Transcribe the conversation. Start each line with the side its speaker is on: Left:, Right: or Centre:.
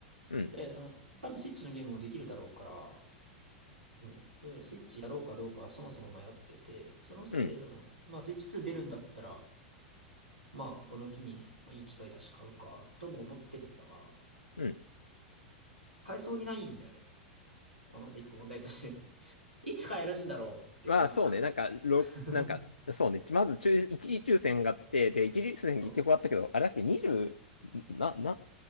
Left: うん、
Right: で、その、多分スイッチのゲームもできるだろうから、そう。で、スイッチやろうかどうかそもそも迷ってて、そのせいで、
Left: うん、
Right: その、まあ、スイッチ2出るんだったら、まあ、この機に、まあ、いい機会だし買うか、とも思ってるんだが、
Left: うん。
Right: 買えそうにないんだよね。まあ、まず一個問題として <laughs> いつ買えるんだろうっていうのが
Left: まあ、そうね、なんか、ろ、
Right: <laughs>
Left: なんか、そうね、まず抽、一次抽選があって、で、一次抽選結局あったけど、
Right: そう、
Left: あれだっけ、20、な、な、